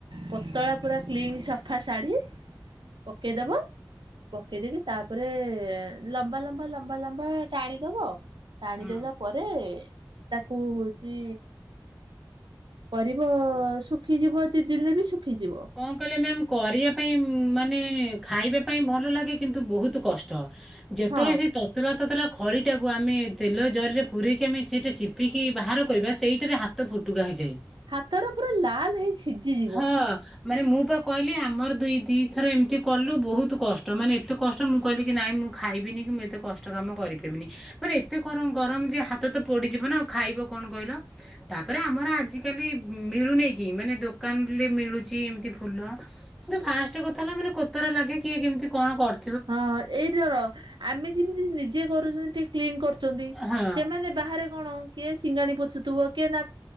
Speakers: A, on the right; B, in the centre.
A: ପତଳା ପୁରା କ୍ଲିନ ସଫା ଶାଢୀ। ପକେଇଦବ ପକେଇ ଦେଇକି ତାପରେ ଲମ୍ବା ଲମ୍ବା ଲମ୍ବା ଲମ୍ବା ଟାଣିଦବ ଟାଣି
B: ହୁଁ।
A: ଦେଲା ପରେ ତାକୁ ହଉଛି କରିବ ଶୁଖିଯିବ ତିଦିଲେ ବି ଶୁଖିଯିବ।
B: କଣ କଲେ ମ୍ୟାମ୍ କରିବା ପାଇଁ ମାନେ ଖାଇବା ପାଇଁ ଭଲ ଲାଗେ କିନ୍ତୁ ବହୁତ କଷ୍ଟ। ଯେତେବେଳେ
A: ହଁ
B: ସେ ତତଲା ତତଲା ଖଳି ଟାକୁ କୁ ଆମେ ତେଲ ଜରରେ ପୁରରେକି ଆମେ ସେଟା ଚିପିକି ବାହାର କରିବା ସେଇଟାରେ ହାତ ଫୁଟୁକା ହୋଇଇଯାଏ।
A: ହାତ ର ପୁରା ଲାଲ ହେଇ ସିଝିଯିବ।
B: ହଁ ମାନେ ମୁଁ ବା କହିଲି ଆମର ଦୁ ଦି ଥର ଏମିତି କଲୁ ବହୁତ କଷ୍ଟ ମାନେ ଏତେ କଷ୍ଟ ମୁଁ କହିଲି କି ନାଇଁ ମୁଁ ଖାଇବିନି କି ମୁଁ ଏତେ କଷ୍ଟ କାମ କରିପାରିବିନି ମାନେ ଏତେ ଗର ଗରମ ଯେ ହାତ ତ ପଡିଯିବ ନାଉ ଖାଇ କଣ କହିଲ ତାପରେ ଆମର ଆଜିକାଲି ମିଲୁନି କି ମାନେ ଦୋ କାନ ରେ ମିଳୁଛି ଏମତି ଫୁଲ କି ଫାଷ୍ଟ କଥା ହେଲା ମାନେ କୋତରା ଲାଗେ କିଏ କେମତି କଣ କର
A: ହଁ ଏଇଟାର ଆମେ ଯେମିତି ନିଜେ କରୁଛନ୍ତି ଟିକେ କ୍ଲିନ କରୁ
B: ହଁ
A: ସେମାନେ ବାହାରେ କଣ କିଏ ସିଙ୍ଗାଣି ପୋଛୁଥିବ କିଏ ନା